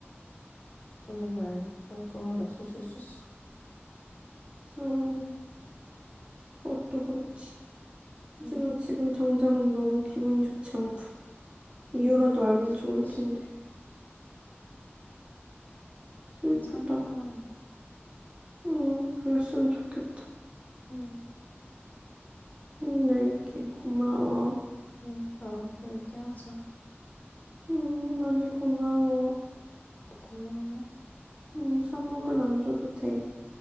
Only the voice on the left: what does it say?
어느 날 깔끔하게 없어질 수 있어.
응,
응, 그럴
수
있지.
괜찮을 거야.
응,
응, 나랑 또 얘기하자.
나도 고마워.